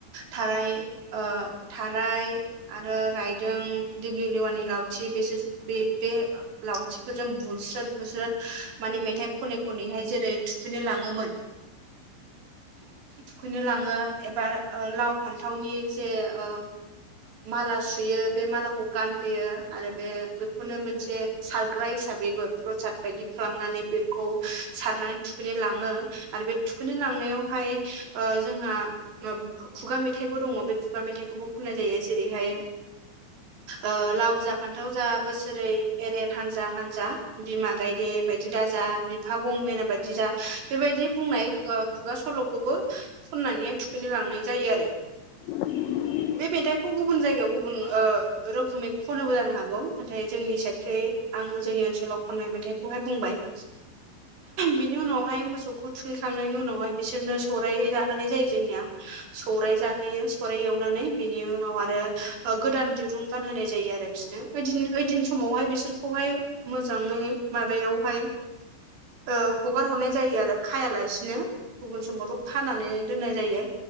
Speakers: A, on the right; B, on the left.
A: थाराय ओ थाराय आरो रायदों दिगलिलिवानि लावथि बेसोर बे-बे लावथिफोरजों बुस्रोद बुस्रोद माने मेथाइ खनै खनैहाय जेरै थुखैनो लाङोमोन थुखैनो लाङो एबार लाव फान्थावनि जे ओ माला सुयो बे मालाखौ गानहोयो आरो बे बेखौनो मोनसे सारग्रा हिसाबैबो प्रसाद बायदि खालामनानै बेखौ सारनानै थुखैनो लाङो आरो बे थुखैै लांनायावहाय ओ जोंहा खुगा मेथाइबो दङ बे खुगा मेथाइखौबो खननाय जायो जेरैहाय ओ लाव जा फान्थाव जा बोसोरै एरेर हानजा हानजा बिमा गायदे बायदि दाज जा बिफा गंमना बायदि जा बेफोरबायदि बुंनाय खुगा सलखौबो खननानैहाय थुखैनो लांनाय जायो आरो।
B: - <inaudible>
A: बे मेथाइखौ गुबुन जायगायाव गुबुन ओ रोखोमै खनोबो जानो हागौ नाथाय जोंनि साइटखै आं जोंनि ओनसोलाव खननाय मेथाइखौहाय बुंबाय।
B: - <inaudible>
A: बिनि उनावहाय मोसौखौ थुखैखांनायनि उनावहाय बिसोरनो सौराय जाहोनाय जायो जोंनिया। सौराय जाहोयो सौराय एवनानै बिनि उनाव आरो ओ गोदान दिरुं गानहोनाय जायो आरो बिसिनो ओइदिन ओइदिन समावहाय बिसोरखौहाय मोजाङै माबायावहाय ओ हगार हरनाय जायो आरो खायालासिनो गुबुन समावथ' खानानै दोननाय जायो।